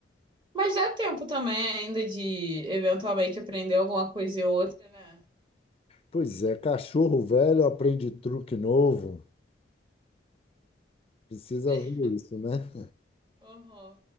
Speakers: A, on the right; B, on the left.
A: Mas dá tempo também ainda de eventualmente aprender alguma coisa ou outra, né?
B: pois é, cachorro velho aprende truque novo. Precisa
A: <laughs>
B: ver isso, né?
A: Uhum.